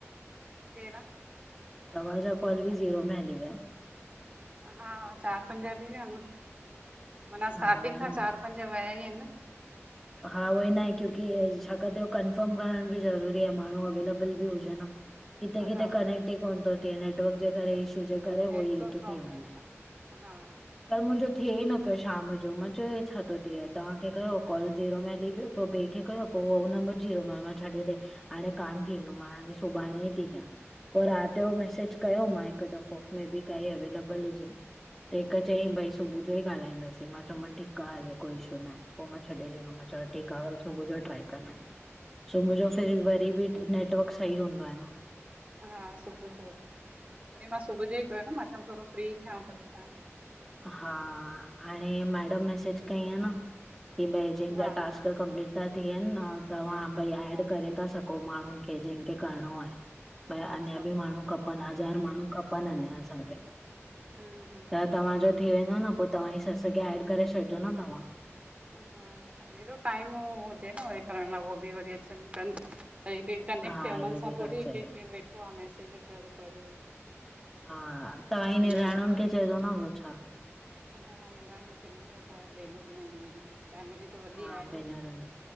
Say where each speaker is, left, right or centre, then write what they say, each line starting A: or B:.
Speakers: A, on the right; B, in the centre.
A: तेरहं
B: तव्हांजा कॉल बि
A: अच्छा
B: ज़ीरो में हली विया
A: हा, चारि पंज थी वियान माना
B: हा
A: स्टार्टिंग
B: उहोई
A: खां
B: न
A: चार पंज वया ई आहिनि न
B: हा उहो ई नहे क्योकी छाकाणि त उहो कंफर्म करण बि ज़रूरी आहे माण्हू अवेलेबल बि हुजे न किथे किथे
A: हा
B: कनेक्ट ई कोन थो थिए नेटवर्क जे करे इशू जे करे
A: नेटवर्क
B: वई हो तो
A: प्रॉब्लम
B: थी वञ
A: हा
B: कल मुंहिंजो थिए ई न पियो शाम जो मां चयो हे छा थो थिए तव्हांखे कयो कॉल जीरो में हली वियो पो ॿिए खे कयो पो हुनमें जीरो मां छॾे ॾे हाणे कान थींदो मां हाणे सुभाणे ई थी कयां पोइ राति
A: अच्छा
B: जो मैसेज कयो मां हिकु दफ़ो मे बी काई अवेलेबल हुजे त हिकु
A: हम्म
B: चयईं
A: हम्म
B: भई सुबुह जो ई ॻाल्हाईंदासीं मां चयोमस ठीक आ हले कोई इशू न आहे पो मां चयो मां चो ठीकु आहे
A: अच्छा
B: हल सुबुह जो ट्राए कंदम सुबुह जो फिर वरी बि नेटवर्क सही हूंदो आहे न
A: हा सुबुह जो त वरी मां सुबुह जो ई कयो न मां चयमि थोरो फ्री थियां त ॾिसां थी ठीक
B: हा हाणे मैडम मैसेज कई आ न की बै जंहिंजा
A: हा
B: टास्क कमप्लीट था थियनि तव्हां भई एड
A: हा
B: करे था सघो कोई माण्हुनि खे जिन खे करणो आहे भई अञा
A: अच्छा
B: बि माण्हू खपे खपनि हज़ार माण्हू खपनि अना असांखे
A: हम हम
B: त तव्हांजो थी वेंदो न पो तव्हांजी सस खे एड करे छॾिजो न तव्हां
A: हा ॾिस हेॾो टाइम हुजे न वरी करण लाइ उ बि वरी अचनि कनि कनेक्ट
B: हा
A: थिए हुननि
B: इहा बि
A: सां
B: ॻाल्हि
A: थोरी
B: सही
A: केरु
B: आहे
A: वेठो आहे मैसेज कर पढ़
B: हा तव्हांजी
A: मम्मी
B: निणानुनि खे चइजो न ॿियो छा
A: हा निणानुनि खे ॾिसो था भेनरु मिली आहिन त वॾी
B: हा
A: आहे
B: भेनरुनि
A: न